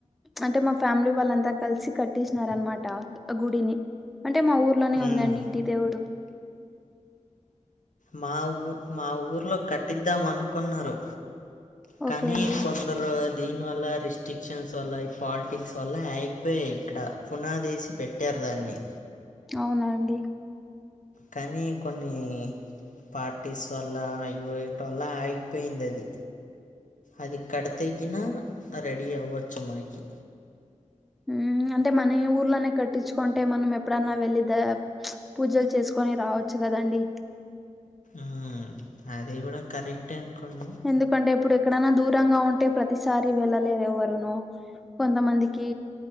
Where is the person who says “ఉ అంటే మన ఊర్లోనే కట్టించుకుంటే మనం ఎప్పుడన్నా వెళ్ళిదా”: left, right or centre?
Centre